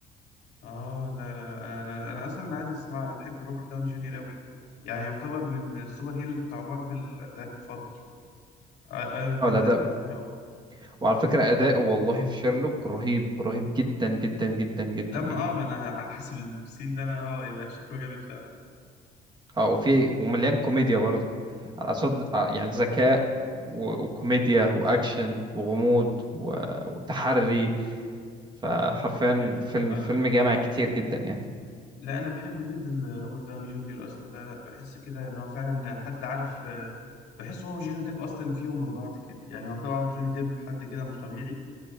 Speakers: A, on the left (about 80°); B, on the right (about 25°).
A: آه، لا لا لا انا انا أنا اصلا عايز اسمعه انا بحب روبرت داوني جونيور قوي يعني يعتبر من السوبر هيروز بتاع مارفل ده المفضل آي- ايرون مان
B: اه لا
A: ده
B: ده
A: انا بعشقه
B: وعلى فكره اداؤه والله في شيرلوك رهيب رهيب جدا جدا جدا جدا
A: لا ما
B: يعني
A: اه ما انا على حسب السين ده انا اه يبقى شكله جامد فعلا
B: اه وفي ومليان كوميديا برضه على صد ع- يعني ذكاء و- وكوميديا واكشن وغموض و- وتحري فحرفيا
A: طبيعي
B: فيلم
A: اه
B: فيلم
A: لا
B: جامع كتير جدا يعني
A: لا انا بحبه جدا روبرت داوني جونيور اصلا لا لا بحس كده ان هو فعلا حد عارف آه، بحس هو وجوني ديب اصلا فيهم من بعض كده يعني هو طبعا جوني ديب حد كده مش طبيعي